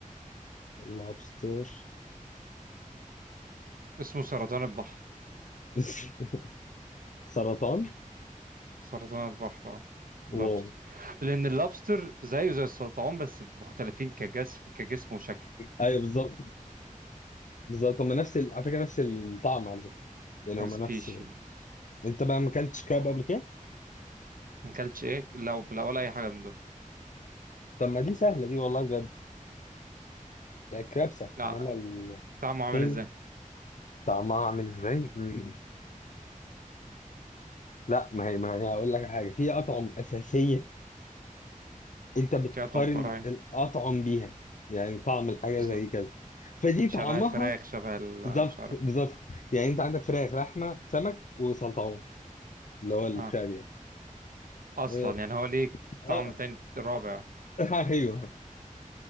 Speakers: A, on the left; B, on the right.
A: لابستر
B: اسمه سرطان البحر
A: <laughs> سرطان
B: سرطان البحر اه لابستر
A: واو
B: لان اللابستر زيه زي السلطعون بس مختلفين كجسم كجسم وشكل
A: ايوه بالظبط بالظبط هما نفس ال... على فكره نفس الطعم على فكره يعني
B: السبيشيز
A: هما نفس انت بقى ما اكلتش كراب قبل كده
B: ما اكلتش ايه لا لا ولا اي حاجه من دول
A: طب ما دي سهله دي والله بجد يعني الكراب سهل
B: لا
A: انما
B: طعمه
A: التاني
B: عامل ازاي
A: طعمها عامل ازاي؟ مم. لا ما هي ما هي هقول لك حاجه في اطعم اساسيه انت بتقارن
B: كاتم فراي
A: الاطعم بيها يعني طعم الحاجه
B: بالظبط
A: زي كذا فدي طعمها
B: شبه الفراخ شبه ال-
A: بالظبط
B: مش عارف
A: بالظبط
B: ايه
A: يعني انت عندك فراخ لحمه سمك وسلطعون اللي هو الكراب
B: اه
A: يعني
B: اصلا
A: اه
B: يعني هو ليه
A: آه،
B: طعم تاني رابع
A: <laughs> ايوه